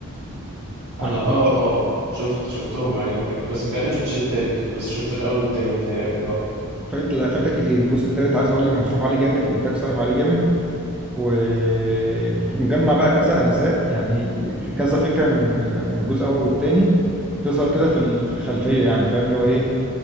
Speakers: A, in the centre; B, on the right.
A: ولا
B: انا
A: مش
B: اه
A: تمشي
B: اه شفت شفتهم ايوه ايوه بس متهيألي ما شفتش التالت بس شفت الاول والتاني متهيألي اه
A: فايت لا فايتك كتير الجزء الثالث عايز اقول لك مصروف عليه جامد الانتاج صرف عليه جامد ومجمع بقى كذا اجزاء يعني ك- كذا فكره من من الجزء الاول والثاني تظهر كده في ال- في الخلفيه يعني فاهم اللي هو ايه